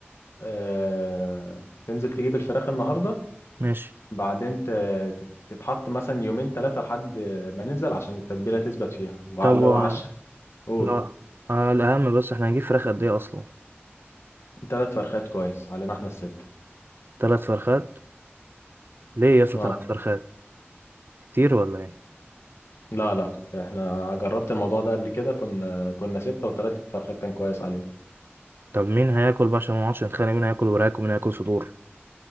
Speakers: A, on the left; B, on the right.
A: آه، تنزل تجيب الفراخ النهارده
B: ماشي
A: بعدين ت- تت- تتحط مثلا يومين ثلاثه لحد ما ننزل عشان التتبيله تثبت فيها وعلى
B: طب
A: لو
B: اه
A: عشا قول
B: و... لا آه الاهم بس احنا هنجيب فراخ قد ايه اصلا
A: ثلاث فرخات كويس علينا احنا الستة
B: ثلاث فرخات ليه يا اسطى
A: اه
B: ثلاث فرخات كتير ولا ايه
A: لا لا احنا جربت الموضوع ده قبل كده كنا كنا ستة وثلاث فرخات كان كويس عليهم
B: طب مين هياكل بقى عشان ما نقعدش نتخانق مين هياكل وراك ومين هياكل صدور